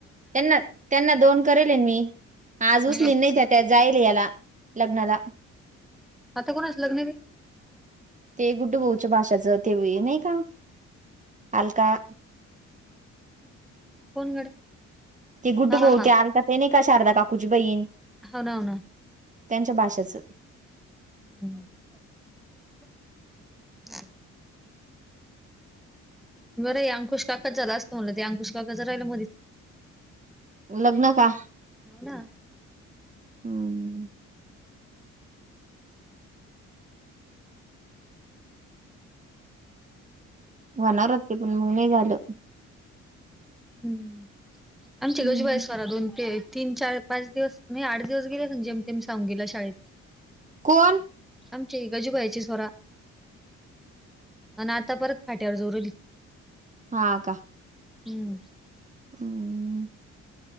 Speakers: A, on the right (about 25°); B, in the centre.
A: त्यांना त्यांना दोन करेले मी <inaudible> आज उचलीन
B: हा.
A: नाही त्या त्या जाईल याला लग्नला <inaudible>
B: आता कोणाच लग्न ब <inaudible>
A: ते गुड बहच्या भाषाचं तेव नाही का <inaudible> अलका
B: <inaudible> कोण गडे
A: ते गुड
B: हा
A: बोते
B: हा
A: अ कात नाही का शारदा काकूची बहीण <inaudible>
B: हो ना हो ना
A: <inaudible> त्यांच्या भाषेचं <inaudible>
B: हम् <inaudible> बरं अंकुश काका झाला असतो मला ते अंकुश काकाच राहिलं मधच <inaudible>
A: लग्न का
B: ना
A: हम् <inaudible> वनवर होते पण मग नाही झालं <inaudible>
B: <inaudible> हम्म आमचे
A: हम्म.
B: गजुबाई स्वरा दोन तेे तीन चार पाच दिवस म्हणजे आठ दिवस गेले म्हजे ते सांगून गेला शाळेत <inaudible>
A: कोण <inaudible>
B: आमची गजूबायाची स्वरा आणि आता परत फाट्यावर जोरवली <inaudible>
A: हा का <inaudible>
B: हम्म <inaudible>
A: हम्म <inaudible>